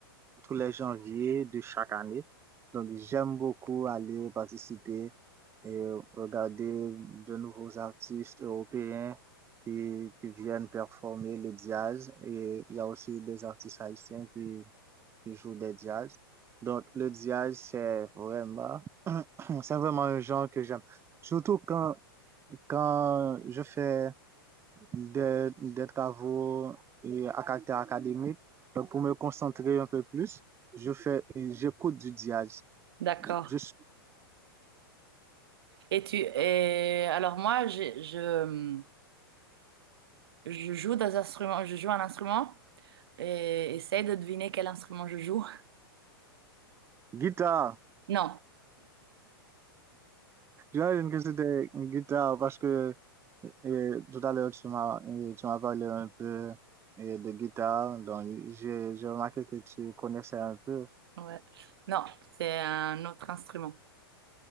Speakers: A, on the right; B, on the right.
A: tous les janvier de chaque année. Donc, j'aime beaucoup aller participer et regarder de nouveaux artistes européens qui, qui viennent performer le jazz. Et il y a aussi des artistes haïtiens qui, qui jouent des jazz. Donc, le jazz, c'est vraiment, <clears throat> <coughs> c'est vraiment un genre que j'aime. Surtout quand, quand je fais des, des travaux et à caractère académique. Donc, pour me concentrer un peu plus, je fais, j'écoute du jazz.
B: d'accord.
A: Je, je-
B: Et tu et alors moi je, je, je joue des instruments, je joue un instrument et essaye de deviner quel instrument je joue. <laughs>
A: guitare.
B: Non,
A: J'imagine que c'était une guitare parce que euh, tout à l'heure, tu m'as, euh, tu m'as parlé un peu euh, de guitare. Donc, j'ai, j'ai remarqué que tu connaissais un peu
B: ouais. Non, c'est un autre instrument.